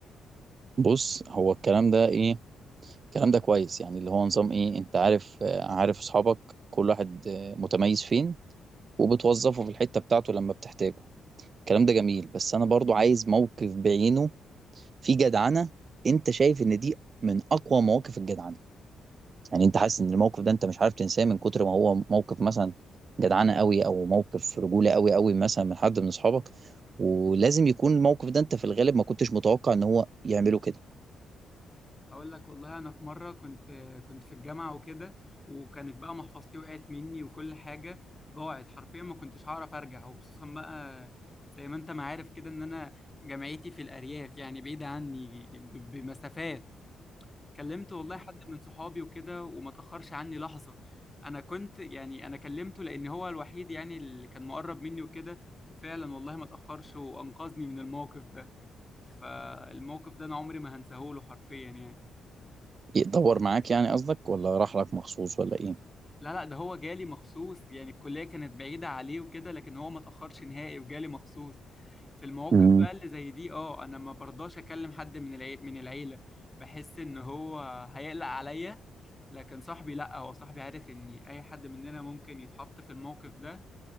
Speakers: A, on the right (about 50°); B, on the left (about 20°).
A: بص هو الكلام ده ايه الكلام ده كويس يعني اللي هو نظام ايه انت عارف آه، عارف اصحابك كل واحد آه، متميز فين وبتوظفه في الحتة بتاعته لما بتحتاجه الكلام ده جميل بس انا برضو عايز موقف بعينه في جدعنة انت شايف ان دي من اقوى مواقف الجدعنة يعني انت حاسس ان الموقف ده انت مش عارف تنساه من كتر ما هو موقف مثلا جدعنة قوي او موقف رجولة قوي قوي مثلا من حد من اصحابك ولازم يكون الموقف ده انت في الغالب ما كنتش متوقع ان هو يعمله كده
B: هقول لك والله انا في مره كنت كنت في الجامعه وكده وكانت بقى محفظتي وقعت مني وكل حاجه ضاعت حرفيا ما كنتش هعرف ارجع وخصوصا بقى زي ما انت ما عارف كده ان انا جامعتي في الارياف يعني بعيده عني ب- بمسافات كلمت والله حد من صحابي وكده وما تاخرش عني لحظه انا كنت يعني انا كلمته لان هو الوحيد يعني اللي كان مقرب مني وكده وفعلا والله ما تاخرش وانقذني من الموقف ده فالموقف ده انا عمري ما هنساهوله حرفيا يعني
A: يدور معاك يعني قصدك ولا راح لك مخصوص ولا ايه
B: لا لا ده هو جالي مخصوص يعني الكلية كانت بعيدة عليه وكده لكن هو ما تأخرش نهائي وجالي مخصوص في المواقف
A: مم.
B: بقى اللي زي دي اه انا ما برضاش اكلم حد من العي... من العيلة بحس ان هو هيقلق عليا لكن صاحبي لا هو صاحبي عارف ان اي حد مننا ممكن يتحط في الموقف ده